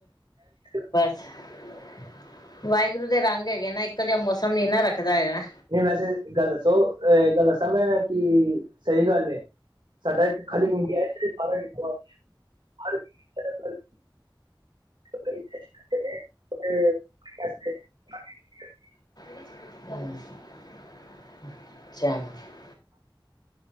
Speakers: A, on the right (about 65°); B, on the left (about 55°).
A: <unintelligible>
B: ਵਾਏਗੁਰੂ ਦੇ ਰੰਗ ਹੈਗੇ ਨ, ਇੱਕੋ ਜੇਆ ਮੌਸਮ ਨੀਂ ਨਾ ਰੱਖਦਾ ਹੈਗਾ।
A: ਨਈ ਵੈਸੇ ਇਕ ਗੱਲ ਦੱਸੋ, ਇੱਕ ਗੱਲ ਦੱਸਾਂ ਮੈਂ, ਕਿ ਸਈ ਗੱਲ ਐ। <unintelligible> <unintelligible>
B: <inaudible>